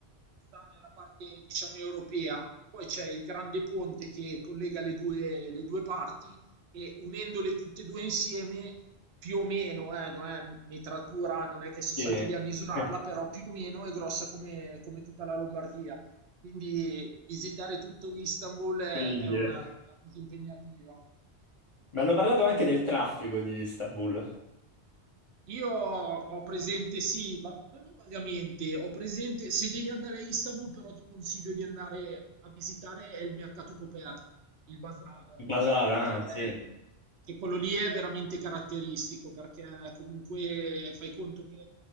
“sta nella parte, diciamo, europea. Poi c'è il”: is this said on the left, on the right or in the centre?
Right